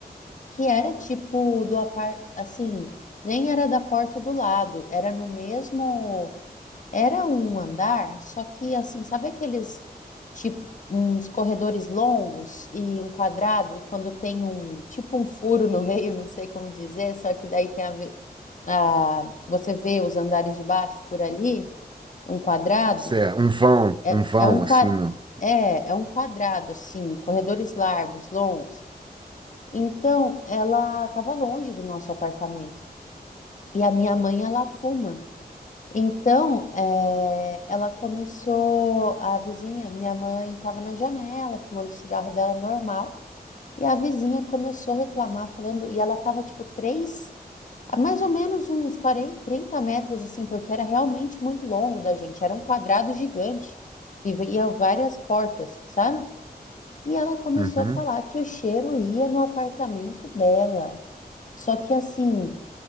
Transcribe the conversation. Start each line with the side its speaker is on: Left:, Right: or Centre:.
Left: que era tipo do apart, assim, nem era da porta do lado, era no mesmo, era um andar, só que assim, sabe aqueles tipo uns corredores longos e um quadrado e quando tem um tipo um furo no meio, não sei como dizer, só que daí tem a ver, a, você vê os andares de baixo por ali, um quadrado,
Right: Certo. Um vão,
Left: é,
Right: um vão
Left: é um qua-
Right: assim, no...
Left: É, é um quadrado, assim, corredores largos, longos. Então, ela estava longe do nosso apartamento. E a minha mãe, ela fuma. Então, eh, ela começou, a vizinha, minha mãe estava na janela, fumando o cigarro dela normal. E a vizinha começou a reclamar, falando, e ela estava tipo três, a mais ou menos uns 40, 30 metros assim, porque era realmente muito longo da gente. Era um quadrado gigante, que ia várias portas, sabe? E ela começou
Right: Uhum.
Left: a falar que o cheiro ia no apartamento dela. Só que assim,